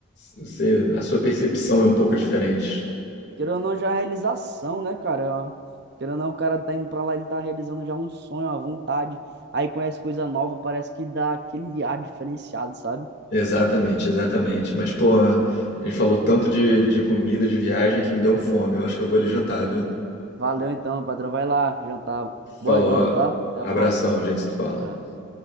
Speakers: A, on the left; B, on the right.
A: você, a sua percepção é um pouco diferente.
B: querendo ou não, já é realização, né, cara? É uma- Querendo ou não, o cara tá indo pra lá, ele tá realizando já um sonho, uma vontade. Aí conhece coisa nova, parece que dá aquele ar diferenciado, sabe?
A: Exatamente, exatamente. Mas, pô, a gente falou tanto de, de comida, de viagem, que me deu um fome. Eu acho que eu vou ali jantar, viu?
B: Valeu então, patrão. Vai lá jantar. Boa
A: Falou.
B: janta, tá? Até
A: Abração,
B: a próxima.
A: gente se fala.
B: Abraço.